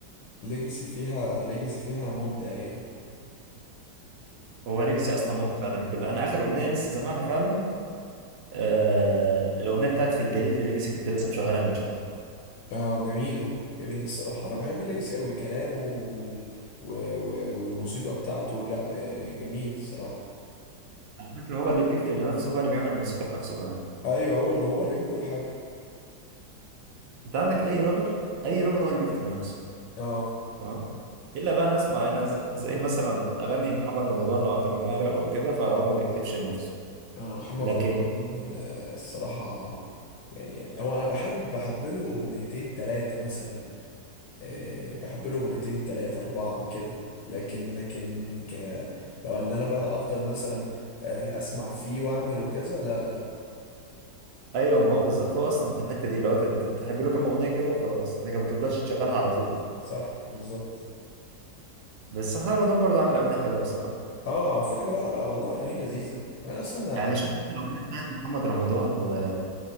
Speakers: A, on the left; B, on the right.
A: ليجاسي فيها ليجاسي فيها مبدع يعني
B: هو ليجاسي اصلا مود في اغانيه كلها انا اخر اغنيه لسه سامعها فعلا آه الاغنيه بتاعت في الجليد لليجاسي كنت لسه مشغلها من شويه
A: اه جميلة جميلة الصراحة أنا بحب الليجاسي أوي كلامه وال... و... و... والموسيقى بتاعته لأ آه، جميل الصراحة
B: على فكره هو اللي بيكتب لنفسه هو اللي بيعمل الموسيقى لنفسه كمان
A: أيوه هو اللي هو اللي بيعمل كل حاجة
B: انت عندك اي رابر اي رابر هو اللي بيكتب لنفسه
A: اه
B: تمام الا بقى ناس معينه ز- زي مثلا اغاني محمد رمضان لو اعتبرناها راب او كده فهو ما بيكتبش لنفسه
A: أنا محمد
B: لكن
A: رمضان آه، الصراحة يعني يعني هو أنا بحب بحب له أغنيتين تلاتة مثلا آه، بحب له أغنيتين تلاتة أربعة كده لكن لكن ك... لو اللي أنا بقى أفضل مثلا آه، أسمع فيه وأعمل وكذا لا لا لا
B: ايوه ما هو بالظبط هو اصلا في الحته دي اللي هو ت- ت- تحب له كام اغنيه كده وخلاص لكن ما تفضلش تشغلها على طول
A: صح بالظبط
B: بس حاول انام برضه عامل اغاني حلوه بصراحه
A: اه على فكرة لا لا والله أغانيه لذيذة وأنا أصلا
B: يعني انا شفت انت الاغنيه بتاعت محمد رمضان و...